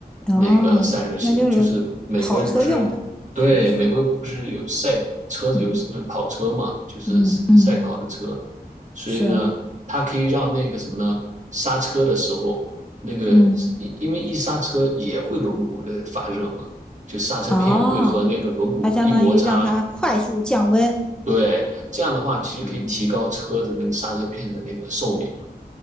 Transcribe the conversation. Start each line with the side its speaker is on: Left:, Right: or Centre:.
Centre: 哦，
Right: 那个散热系统，
Centre: 那就是
Right: 就是美国又不是
Centre: 跑车用的，
Right: 对美国又不是有赛车子有呃跑车嘛，
Centre: 是不是？嗯
Right: 就是赛跑的车，
Centre: 嗯嗯
Right: 所以呢，
Centre: 是，
Right: 它可以让那个什么呢，刹车的时候那个因因为一刹车也会轮毂的发热嘛，
Centre: 嗯。
Right: 就刹车片会和那个轮毂一摩擦
Centre: 哦，它相当于让它快速降温。
Right: 对，这样的话其实可以提高车子那个刹车片的那个寿命嘛。
Centre: 嗯，